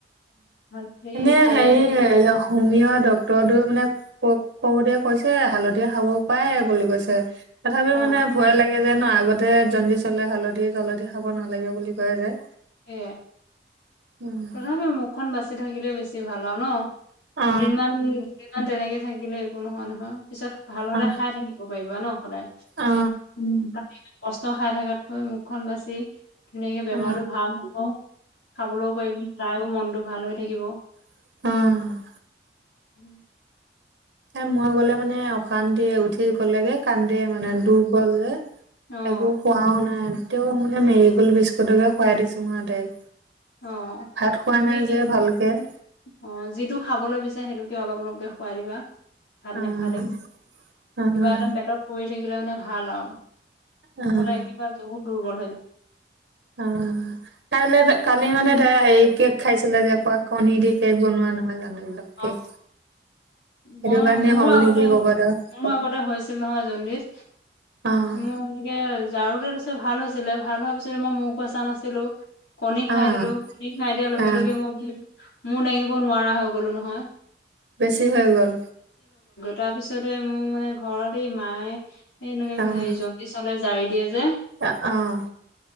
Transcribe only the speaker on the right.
এনে
হেৰি হুমিও ডক্তৰটো মানে। ক কৰোতে কৈছে হালধি খাব পাৰে বুলি কৈছে। তথাপি
মানে ভয় লাগে। যে ন আগতে জণ্ডিচ হলে হালধি চালধি খাব নালাগে বুলি কয় যে
অ
অ
অ
অ
অ
উহ
এ মই গ'লে মানে অশান্তি উঠি গ'লেগে কান্দে মানে দুৰ্বল যে।
একো খোৱাও নাই তেও মানে মেৰি গ'ল্ড বিস্কুতকে খোৱাই দিছোঙ আও তাইক।
ভাত খোৱা
নাই
যে ভালকে
অ',
অ',
অ',
অ কাৰণে কালি মানে ধৰা হেৰিকে খাইছিলে যে পোৰা কণী দি কেক বনোৱা নহয় জানো। এইবিলাক
কেক। সেইটো
কাৰণে
হ'ল
নেকি ক'ৰবাত আৰু
অ',
অ',
অ',
বেছি হৈ গ'ল।
অ',
অ অহ